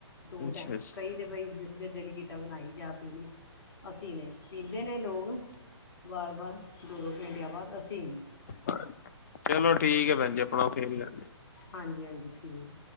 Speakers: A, on the left; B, on the left.
A: ਦੋ
B: ਅੱਛਾ
A: ਟੈਮ
B: ਅੱਛਾ
A: ਕਈ ਤੇ ਬਈ ਜਿਸ ਜੇ ਦਿਲ ਕੀਤਾ ਬਣਾਈ ਚਾ ਪੀ ਲਈ, ਅਸੀਂ ਨਈ, ਪੀਂਦੇ ਨੇ ਲੋਕ ਵਾਰ-ਵਾਰ ਦੋ-ਦੋ ਘੰਟੇਆਂ ਬਾਅਦ ਅਸੀਂ ਨਈ।
B: ਅ, ਚਲੋ ਠੀਕ ਐ ਭੈਣ ਜੀ ਆਪਣਾ ਫੇਰ ਮਿਲਾਂਗੇ।
A: ਹਾਂਜੀ-ਹਾਂਜੀ ਠੀਕ ਐ।